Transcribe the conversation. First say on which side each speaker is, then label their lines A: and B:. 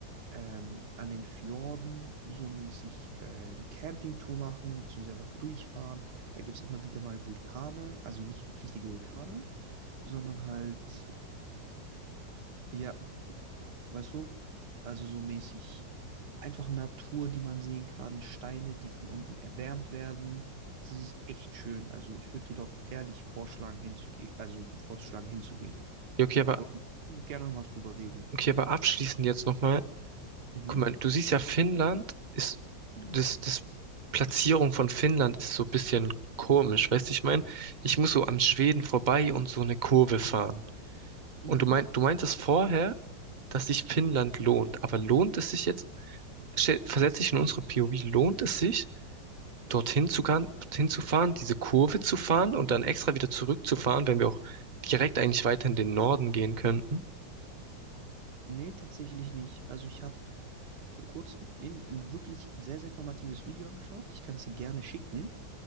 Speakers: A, on the right (about 70°); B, on the right (about 35°).
A: ähm, an den Fjorden so mäßig äh, eine Campingtour machen, beziehungsweise einfach durchfahren. Da gibt es immer wieder mal Vulkane, also nicht richtige Vulkane, sondern halt, ja, weißt du, also so mäßig einfach Natur, die man sehen kann, Steine, die von unten erwärmt werden. Das ist echt schön. Also ich würde dir dort ehrlich vorschlagen, hinzugehen, also vorzuschlagen, hinzugehen.
B: Ja, okay, aber,
A: Aber gerne nochmal drüber reden.
B: okay, aber abschließend jetzt nochmal.
A: Mhm.
B: Guck mal, du siehst ja, Finnland ist, das, das Platzierung von Finnland ist so ein bisschen komisch, weißt du, ich meine, ich muss so am Schweden vorbei und so eine Kurve fahren.
A: Mhm.
B: Und du meint, du meintest vorher, dass sich Finnland lohnt. Aber lohnt es sich jetzt, stell- versetze ich in unsere POV, lohnt es sich, dorthin zu, gan- dorthin zu fahren, diese Kurve zu fahren und dann extra wieder zurückzufahren, wenn wir auch direkt eigentlich weiter in den Norden gehen könnten?
A: Nee, tatsächlich nicht. Also ich habe äh, vor kurzem in, in wirklich ein sehr, sehr informatives Video angeschaut. Ich kann es dir gerne schicken.